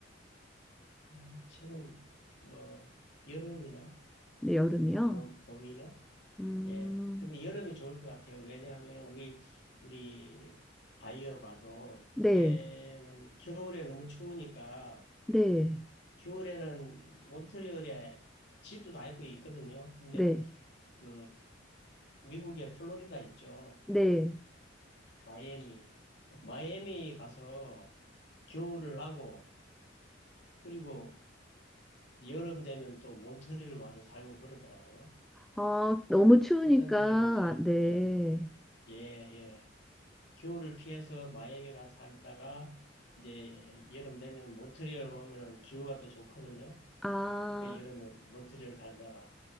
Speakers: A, on the left; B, in the centre.
A: 아, 저는 뭐 여름이나
B: 네, 여름이요?
A: 봄, 봄이나?
B: 음.
A: 예. 근데 여름이 좋을 것 같아요. 왜냐하면 우리, 우리 바이어 봐도
B: 네.
A: 걔는 겨울에 너무 추우니까
B: 네.
A: 겨울에는 몬트리올에 집도 다 있고 있거든요. 근데
B: 네.
A: 그 미국의 플로리다 있죠.
B: 네.
A: 마이애미. 마이애미 가서 겨울을 나고 그리고 여름 되면 또 몬트리올 와서 살고 그러더라고요.
B: 어, 너무 추우니까,
A: 그렇다는 얘기는 이제
B: 네.
A: 예, 예, 예. 겨울을 피해서 마이애미 가서 살다가 이제 여름 되면 모트리올 오면은 기후가 또 좋거든요.
B: 아,
A: 그러니까 여름에 모트리올 살다가